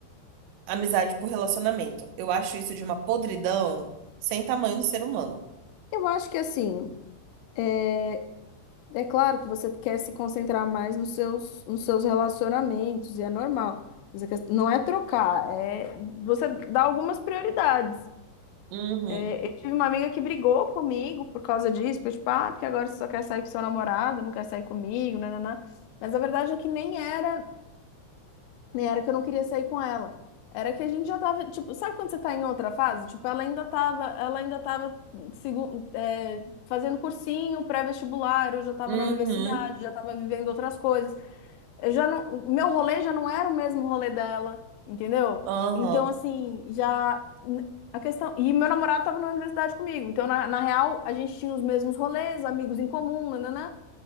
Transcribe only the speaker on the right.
amizade por relacionamento. Eu acho isso de uma podridão sem tamanho no ser humano.
Uhum,
uhum,
aham,